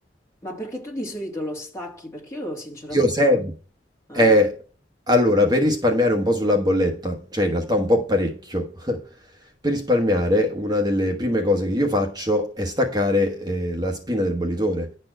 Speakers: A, on the left; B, on the right.
A: ma perché tu di solito lo stacchi? Perché io sinceramente...
B: Io sempre.
A: ah,
B: Eh, allora, per risparmiare un po' sulla bolletta, cioè in realtà un po' parecchio, <laughs> per risparmiare una delle prime cose che io faccio è staccare, eh, la spina del bollitore.